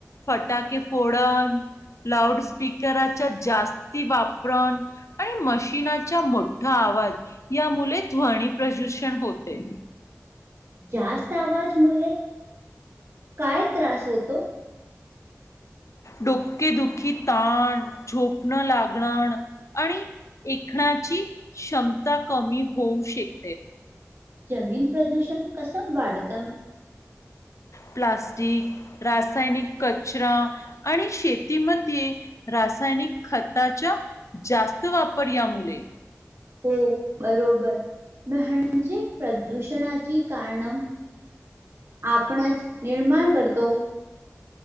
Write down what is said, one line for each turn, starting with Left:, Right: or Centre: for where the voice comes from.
Left: फटाके फोडन. लाउडस्पीकरच्या जास्तीं वाप्रणं. आणिं मशीनांचा मोंठा आवाज. या मुले ध्वनी प्रदूषण होते.
Right: जास्तं आवाजं मुल्यं काय त्रास होतो?
Left: डोकेंदुखी, ताणं, झोपणं नं लागणं आणिं- ऐखणाची क्षमतां कमी होऊ शकतें.
Right: जमीन प्रदूषण कसंम वाढतं?
Left: प्लांस्टिक, रासायनिक कचरां. आणिं शेतीमध्ये रासायनिक खताच्या- जास्तं वापरं यां मुले.
Right: हों. बरोबरं. म्ह म्हणजे प्रदूषणाची कारणं- आपणचंं निर्मांण करतो.